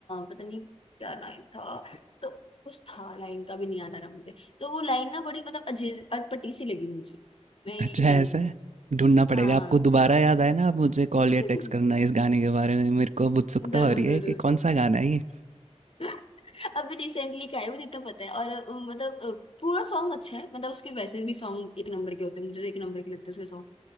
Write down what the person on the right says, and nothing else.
अच्छा
ऐसा
है
ढूंढना पड़ेगा
आपको दोबारा याद आए ना आप मुझे कॉल या
टेक्स्ट करना इस गाने के बारे में मेरे को अब उत्सुकता
हो रही है
कि कौन सा गाना है ये